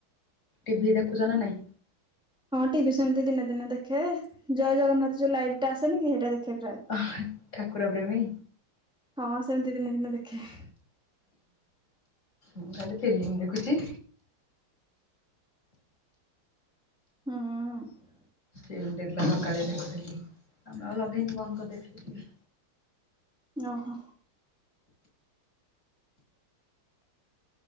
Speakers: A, on the left; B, in the centre.
A: ଟିଭି ଦେଖୁଛ ନା ନାଇଁ?
B: ହଁ ଟିଭି ସେମିତି ଦିନେ ଦିନେ ଦେଖେ, ଜୟ ଜଗନ୍ନାଥ ଯୋଉ ଲାଇଭ ଟା ଆସେନି କି ସେଇଟା ଦେଖେ।
A: ଅ ଠାକୁର ପ୍ରେମୀ
B: ହଁ ସେମିତି ଦିନେ ଦିନେ ଦେଖେ।
A: ମୁଁ ଖାଲି ଫିଲ୍ମ ଦେଖୁଛିି।
B: ହଁ
A: ଫିଲ୍ମ ଦେଉଥିଲା ସକାଳେ ଦେଖୁଥିଲି ତାପରେ ଆଉ ଲଗେଇନି ବନ୍ଦ୍ କରିଦେଇଥିଲି।
B: ଅହୋ